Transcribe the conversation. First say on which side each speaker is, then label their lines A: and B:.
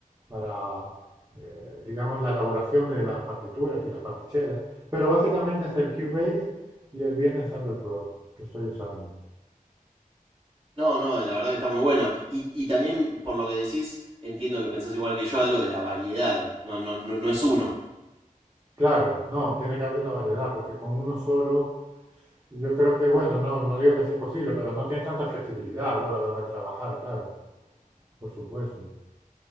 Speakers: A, on the right; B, on the right.
A: para, eh, digamos, la elaboración de las partituras y las partichelas. Pero básicamente es el Cubase y el VN Ensemble Pro que estoy usando.
B: No, no, la verdad que está muy bueno. Y, y también, por lo que decís, entiendo que pensás igual que yo de algo de la variedad. No, no, no, no es uno.
A: Claro, no, tiene que haber una variedad, porque con uno solo Yo creo que, bueno, no, no digo que sea imposible, pero no tienes tanta flexibilidad luego a la hora de trabajar, claro, por supuesto.